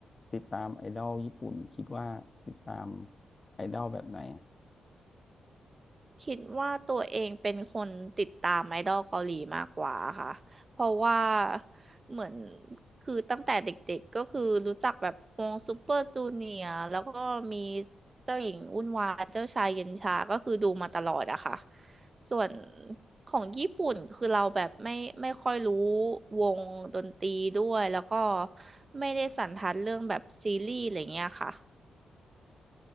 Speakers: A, on the left; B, on the right.
A: ติดตามไอดอลญี่ปุ่นคิดว่าติดตามไอดอลแบบไหน
B: คิดว่าตัวเองเป็นคนติดตามไอดอลเกาหลีมากกว่าค่ะ เพราะว่าเหมือนคือตั้งแต่เด็กๆก็คือรู้จักแบบวงซูเปอร์จูเนียร์แล้วก็มีเจ้าหญิงวุ่นวายเจ้าชายเย็นชาก็คือดูมาตลอดอะค่ะ ส่วนของญี่ปุ่นคือเราแบบไม่ไม่ค่อยรู้วงดนตรีด้วยแล้วก็ไม่ได้สันทัดเรื่องแบบซีรีส์อะไรเงี้ยค่ะ